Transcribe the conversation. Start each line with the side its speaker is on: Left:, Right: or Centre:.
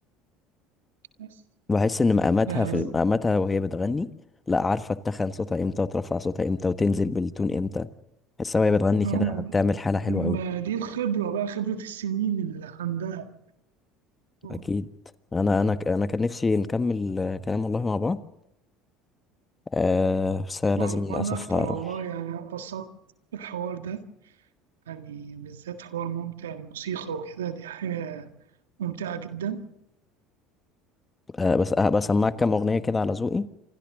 Right: بس
Left: بحس إن مقاماتها
Right: آه،
Left: في
Right: آه،
Left: مقاماتها وهي بتغني لا عارفة تتخن صوتها إمتى وترفع صوتها إمتى وتنزل بالتون إمتى بحسها وهي بتغني
Right: ما
Left: كده بتعمل حالة حلوة
Right: ما
Left: أوي
Right: دي الخبرة بقى خبرة السنين اللي عندها ف-
Left: أكيد أنا أنا ك- أنا كان نفسي نكمل آه، كلام والله مع بعض أه بس لازم
Right: و-
Left: للأسف
Right: وأنا أكتر
Left: أروح
Right: والله يعني أنا اتبسطت بالحوار ده يعني بالذات حوار ممتع الموسيقى وكده دي حاجة ممتعة جدا
Left: أه بس هبقى أسمعك كام أغنية كده على ذوقي